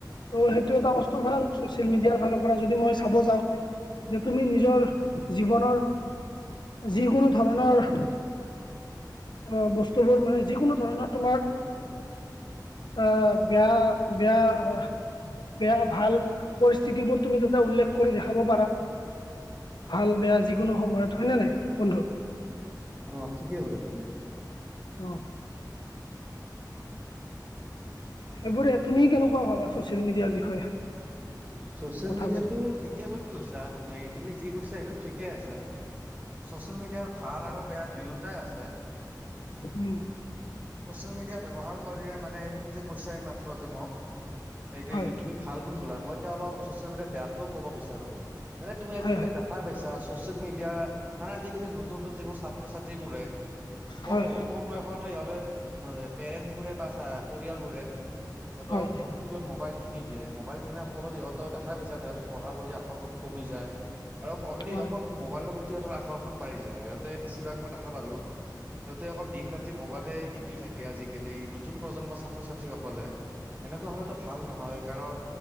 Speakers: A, on the left; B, on the right.
A: ত' সেইটো এটা বস্তু ভাল চচিয়েল মিডিয়াৰ ফালৰ পৰা যদি মই চাব যাওঁ। যে তুমি নিজৰ জীৱনৰ, যিকোনো ধৰণৰ অ বস্তুবোৰ মানে যিকোনো ধৰণৰ তোমাৰ অ বেয়া বেয়া অ বেয়া ভাল পৰিস্থিতিবোৰ তুমি তাতে উল্লেখ কৰি দেখাব পাৰা। ভাল বেয়া যিকোনো সময়ত হয় নে নাই বন্ধু
B: অ ঠিকেই কৈছা তুমি
A: অহ সেইবোৰে তুমি কেনেকুৱা ভাবা ছচিয়েল মিডিয়াৰ বিষয়ে
B: ছচিয়েল
A: কথাবোৰ
B: মিডিয়াতটো ঠিকে বুলি কৈছা তুমি, তুমি যি কৈছা সেইটো ঠিকে আছে। ছচিয়েল মিডিয়াৰ ভাল আৰু বেয়া দুয়োটাই আছে।
A: উম
B: ছচিয়েল মিডিয়াত ব্যৱহাৰ কৰিলে মানে তুমি যে কৈছা এই মাত্ৰ যে মোক, এইটোৱে
A: হয়
B: যে তুমি ভাল গুণ কলা, মই তেতিয়া অলপ ছচিয়েল মিডিয়াত বেয়াটোও ক'ব বিচাৰো, মানে তুমি আজিকালি
A: হয় হয়
B: দেখাই পাইছা, ছচিয়েল মিডিয়াৰ মানে আজিকালি নতুন নতুন যিবোৰ ছাত্ৰ- ছাত্ৰীবোৰে কম,
A: হয়
B: বহুত কম বয়সতে সিহঁতে এ পেৰেন্টছবোৰে বা চা পৰিয়ালবোৰে সিহঁতক
A: হয়
B: নতুনকৈ মোবাইল কিনি দিয়ে, মোবাইল কিনা পাছত ফলত ইহঁতৰ দেখাই পাইছা, তেওঁলোক পঢ়াৰ প্ৰতি আকৰ্ষণ কমি যায়, আৰু অনলি
A: হয়
B: অকল মোবাইলৰ প্ৰতি সিহঁতৰ আকৰ্ষণ বাঢ়ি যায়, সিহঁতে বেছিভাগ মই দেখা পালোঁ সিহঁতে অকল দিন ৰাতি মোবাইলে টিপি থাকে আজিকালি, নতুন প্ৰজন্মৰ ছাত্ৰ- ছাত্ৰীসকলে। এনেকুৱা হলেতো ভাল নহয়, কাৰণ